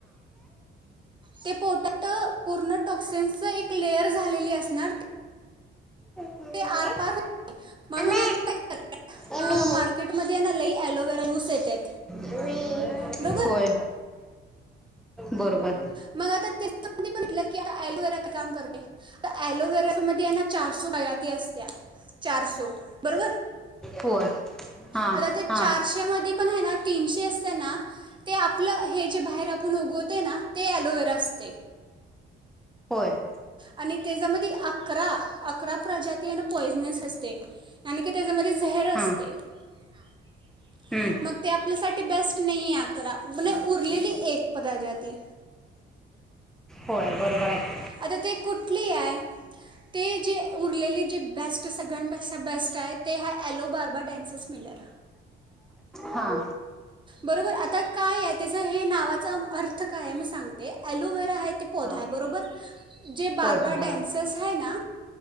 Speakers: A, on the right; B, in the centre.
A: ते पोटात पूर्ण टॉक्सिन्सचं, एक लेयर झालेली असणार
B: हा
A: ते आरपार म्हणून
B: अम्मा
A: <unintelligible>
B: एमी एमी
A: मार्केटमध्ये लय अलोवेरा जूस येतात.
B: एमी
A: बरोबर?
B: होय बरोबर
A: मग आता त्या पण म्हनटलकी आलोवेरा काम करते, आलोवेरा मध्ये ना चारसो प्रजाती असत्या चारसो बरोबर?
B: होय हां
A: आता त्या
B: हां
A: चारशे मध्ये पण आहे ना तीनशे असतेना ते आपलं, हे जे बाहेर आपण उगवते ना? ते आलोवेरा असते.
B: होय
A: आणि तेज्या मधी अकरा-अकरा परजाती पॉयझनेस असते, आणि क त्याच्यामध्ये झेअर असते.
B: हां
A: <unintelligible>
B: हम्म
A: मग त्या आपल्यासाठी बेस्ट नाही आहे, अकरा उरलेली एक प्रजाती.
B: होय बरोबर आहे.
A: आता ते कुठली आहे? ते जे उरलेले जे बेस्ट सगळ्यांपेक्षा बेस्ट आहे, ते हा ॲलो बार्बा डॅन्सेस मिलर.
B: हां
A: बरोबर आता काय आहे त्याच हे नावाचा अर्थ काय आहे, मी सांगते आलोवेरा आहे ते पौधा
B: हां
A: आहे, बरोबर. जे बार्बा
B: होत होय
A: डॅन्सस आहे ना